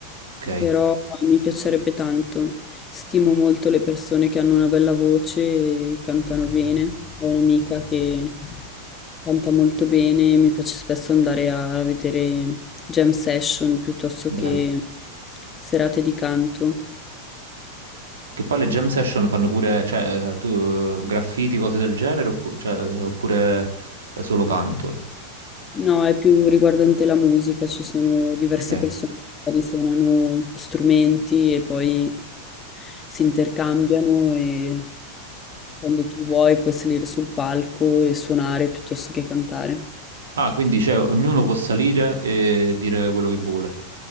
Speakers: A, on the right; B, on the left.
A: Ok,
B: però mi piacerebbe tanto. Stimo molto le persone che hanno una bella voce e cantano bene. Ho un'amica che canta molto bene, mi piace spesso andare a vedere jam session piuttosto
A: bello.
B: che serate di canto.
A: Che poi le jam session fanno pure, cioè, tu eh, graffiti, cose del genere, oppu- cioè, eh, oppure, eh, solo canto.
B: No, è più riguardante la musica, ci sono
A: Ok.
B: diverse persone che magari suonano strumenti e poi si intercambiano e quando tu vuoi puoi salire sul palco e suonare piuttosto che cantare.
A: Ah, quindi cioè, ognuno può salire e dire quello che vuole.